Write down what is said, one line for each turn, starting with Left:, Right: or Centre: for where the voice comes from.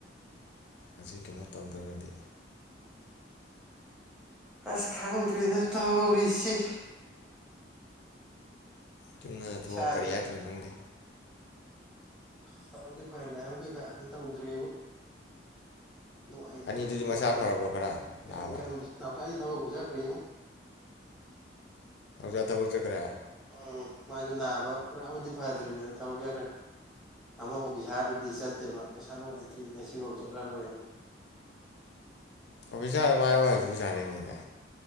Left: ꯑꯁꯤ ꯀꯩꯅꯣ ꯇꯧꯗ꯭ꯔꯒꯗꯤ
Centre: ꯑꯁ ꯈꯪꯗꯔꯦꯗ ꯇꯧ ꯔꯤꯁꯤ
Left: ꯌꯨꯝꯗꯅ ꯊꯣꯛꯑ
Centre: ꯏꯁꯥꯁꯦ
Left: ꯀꯥꯔꯤ ꯍꯥꯏꯗꯣꯏꯅꯣ ꯈꯪꯗꯦ
Centre: ꯐꯕꯨꯗꯤ ꯐꯩ ꯂꯥꯏꯍꯧ ꯀꯩꯀꯥꯗꯤ ꯇꯧꯗ꯭ꯔꯦꯕꯨ ꯅꯨꯉꯥꯏꯗꯤ
Left: ꯑꯅꯤꯗꯨꯗꯤ
Centre: ꯅꯨꯡꯉꯥꯏꯇꯦ
Left: ꯃꯁꯥ ꯐꯔꯕ꯭ꯔꯣ ꯈꯔ
Centre: ꯏꯀꯟ
Left: ꯅꯥꯕ
Centre: ꯀꯟꯕꯖꯦ ꯊꯕꯛꯄꯨ ꯆꯠꯈꯔ꯭ꯦꯉꯣ
Left: ꯖꯥ ꯊꯕꯛ ꯆꯠꯈ꯭ꯔꯦ
Centre: ꯎꯝ ꯃꯥꯁꯨ ꯅꯥꯕ ꯄꯨꯔꯥꯕꯨꯗꯤ ꯐꯗ꯭ꯔꯤꯕꯅꯦ ꯑꯗꯣ ꯊꯕꯛ ꯆꯠꯈꯔꯦ ꯑꯃ ꯑꯣꯐꯤꯁꯥꯔꯗꯨꯗꯤ ꯆꯠꯇꯦꯕ ꯃꯁꯥ ꯅꯨꯡꯉꯥꯏꯇ꯭ꯔꯤ ꯉꯁꯤꯐꯥꯎ ꯆꯠꯂꯔꯣꯏꯅ
Left: ꯑꯣꯐꯁꯔ ꯃꯥꯏ ꯍꯩꯊꯤ ꯁꯔꯛꯏꯅꯤꯅꯦ